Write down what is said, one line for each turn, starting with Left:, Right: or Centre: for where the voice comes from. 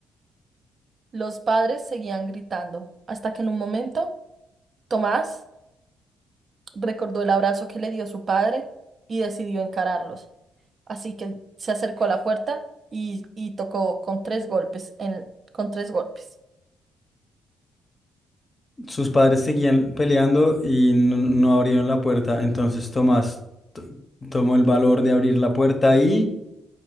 Right: Los padres seguían gritando, hasta que en un momento Tomás recordó el abrazo que le dio su padre y decidió encararlos. Así que se acercó a la puerta y, y tocó con tres golpes, en- con tres golpes.
Left: Sus padres seguían peleando y no, no abrieron la puerta. Entonces Tomás t- tomó el valor de abrir la puerta y